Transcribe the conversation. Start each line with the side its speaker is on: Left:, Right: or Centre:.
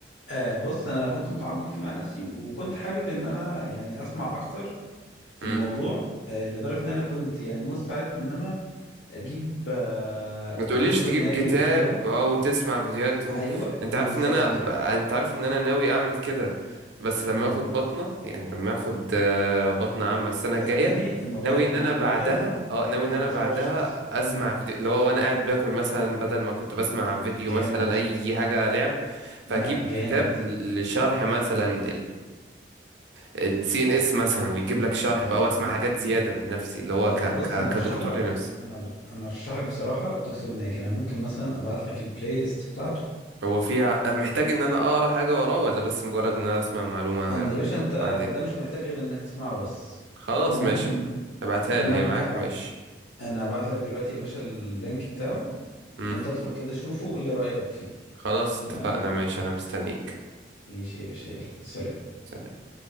Left: آه بص انا كنت متعمق فيه مع نفسي وكنت حابب ان انا يعني اسمع اكتر في
Right: امم
Left: الموضوع آه، لدرجة ان انا كنت يعني مستعد ان انا اجيب آه،
Right: ما تقوليش
Left: الدكتور
Right: تجيب
Left: ناجي
Right: كتاب
Left: وبتاع
Right: اه وتسمع فيديوهات و...
Left: ايوه بالظبط
Right: انت عارف ان انا ب...
Left: كده
Right: انت عارف ان انا ناوي اعمل كده بس لما
Left: مهم.
Right: اخد بطنة يعني لما اخد آه، بطنة عامة السنة
Left: صدقني
Right: الجاية
Left: الموضوع
Right: ناوي
Left: يفرق
Right: ان
Left: معاك
Right: انا
Left: جدا
Right: بعدها اه ناوي
Left: على
Right: ان انا
Left: المستوى
Right: بعدها
Left: الشخصي
Right: اسمع
Left: مهم.
Right: فيديو اللي هو وانا قاعد باكل مثلا بدل ما كنت بسمع فيديو
Left: جامد
Right: مثلا اي حاجة لعب فاجيب
Left: لا جامد
Right: كتاب لشرح مثلا السي ان اس مثلا ويجيب لك شرح
Left: اوكي
Right: بقى واسمع حاجات زياده لنفسي اللي هو
Left: آه
Right: ك...
Left: بص
Right: ك...
Left: انا ارشح
Right: كدكتور
Left: لك
Right: لنفسي
Left: انا انا ارشح لك بصراحة دكتور ناجي انا ممكن مثلا ابعت لك البلاي ليست بتاعته
Right: هو فيها محتاج ان انا اقرا حاجه وراه ولا بس مجرد ان انا اسمع معلومه
Left: يعني
Right: تبقى
Left: يا باشا انت
Right: عندي
Left: ده مش محتاج غير انك تسمعه بس
Right: خلاص
Left: فانا ممكن
Right: ماشي ابعتها
Left: فانا
Right: لي هي معاك
Left: هبع...
Right: ماشي
Left: انا هبعت لك دلوقتي يا باشا اللينك بتاعه
Right: امم
Left: وانت ادخل كده شوفه وقول لي رأيك فيه
Right: خلاص
Left: تمام
Right: اتفقنا ماشي انا مستنيك
Left: ماشي يا باشا يلا سلام
Right: سلام.